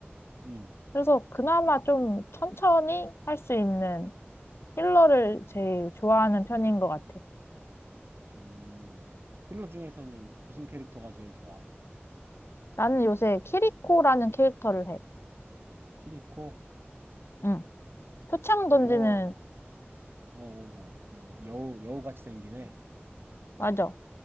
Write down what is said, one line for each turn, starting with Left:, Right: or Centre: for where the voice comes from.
Right: 음.
Left: 그래서 그나마 좀 천천히 할 수 있는 힐러를 제일 좋아하는 편인 것 같아.
Right: 음. 필러 중에서는 무슨 캐릭터가 제일 좋아?
Left: 나는 요새 키리코라는 캐릭터를 해.
Right: 키리코?
Left: 응. 표창 던지는,
Right: 그거, 어, 어, 어, 그 여우, 여우같이 생기네.
Left: 맞아.